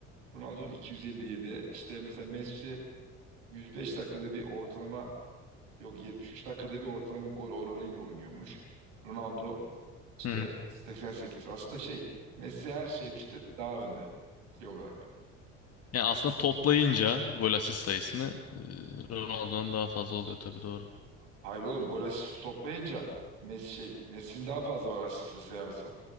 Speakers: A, on the right (about 60°); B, on the left (about 40°).
A: Ronaldo'nun 257. İşte mesela Messi 105 dakikada bir ortalama yok 73 dakikada bir ortalama gol oranıyla oynuyormuş. Ronaldo işte
B: Hı hı.
A: 88. Aslında şey Messi her şeydeki de daha önde şey olarak.
B: Yani aslında toplayınca gol asist sayısını e, Ronaldo'nun daha fazla oluyor tabii doğru.
A: Hayır oğlum gol asist toplayınca Messi şey Messi'nin daha fazla var asiste sayarsan.